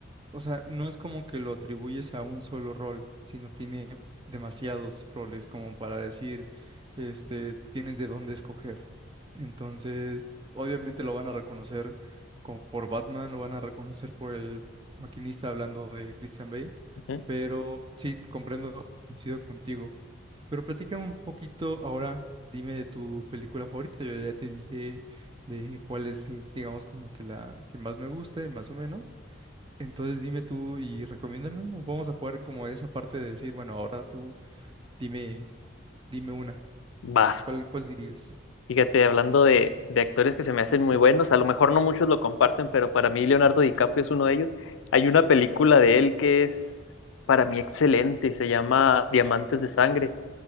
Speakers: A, on the right (about 25°); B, on the left (about 75°).
A: o sea, no es como que lo atribuyes a un solo rol, sino tiene demasiados roles como para decir, este, tienes de dónde escoger. Entonces, obviamente lo van a reconocer como por Batman, lo van a reconocer por el maquinista hablando de Christian Bale,
B: Ujú.
A: pero sí, comprendo, coincido contigo. Pero platícame un poquito ahora, dime de tu película favorita. Yo ya te dije de cuál es, digamos, como que la que más me gusta, y más o menos. Entonces dime tú y recomiéndame uno. Vamos a jugar como esa parte de decir, bueno, ahora tú dime, dime una.
B: Va,
A: ¿Cuál, cuál dirías?
B: fíjate, hablando de, de actores que se me hacen muy buenos, a lo mejor no muchos lo comparten, pero para mí Leonardo DiCaprio es uno de ellos. Hay una película de él que es para mí excelente, se llama Diamantes de Sangre.